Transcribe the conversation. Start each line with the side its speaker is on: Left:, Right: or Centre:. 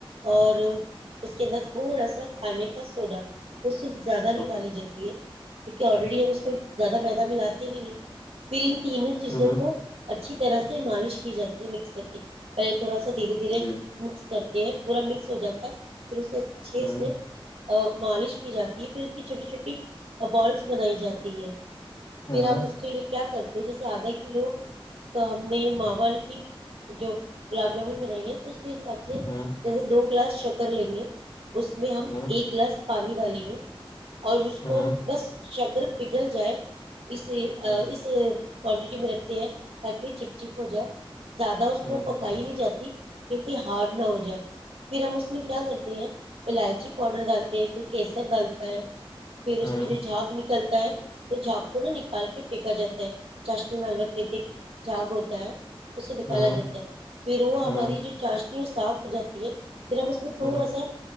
Right: اور اس کے اندر تھوڑا سا کھانے کا سوڈا وہ صرف زیادہ نہیں
Left: اوکے
Right: ڈالی جاتی ہے کیونکہ آلریڈی ہم اس میں زیادہ میدہ ملاتے نہیں ہیں پھر ان تینوں چیزوں
Left: ہوں ہوں
Right: کو اچھا اچھی طرح سے مالش کی جاتی ہے مکس کر کے پہل تھوڑا س دھیرے دھیرے
Left: جی
Right: مکس کرتے ہیں پورا مکس ہو جاتا ہے ان س سے چھ
Left: ہوں
Right: سے <unintelligible> مالش کی جاتی ہے پھر اس کی چھوٹی چھوٹی بالس بنائی جاتی ہے
Left: ہوں
Right: پھر ہم اس کے لیے کیا کرتے جیسے آدھا کلو تو ہم نے کی جو گلاب جامن بنائی ہے تو اس حساب سے
Left: ہوں
Right: جیسے دو گلاس شکر لیں گے اس میں ہم
Left: ہوں
Right: ایک گلاس پانی ڈالیں گے اور اس
Left: ہوں
Right: کو
Left: ہوں
Right: بس شکر پگھل جائے اس اسے
Left: ہوں
Right: کوانٹٹی میں رکھتے ہیں تاکہ چپ چپ ہو جائے زیادہ اس
Left: ہوں
Right: کو پکائی نہیں جاتی کیئی ہارڈ نہ ہو جائے پھر ہم اس میں کیا کرتے ہیں الائچی پاؤڈر گالتے ہیں کوئی کیسر گالتا ہے پھر اس
Left: ہوں
Right: کی جو جھاگ نکلتی ہے تو جھاگ کو نہ نکال کے پھینکا جاتا ہے چاشنی معلومت کی ت جاگ ہوتا ہے اسے نکالا
Left: ہوں
Right: جاتا ہے پھر وہ ہماری
Left: ہوں
Right: جو چاش صاف ہو جاتی ہے پھرم اس میں تھوڑا
Left: ہوں
Right: سا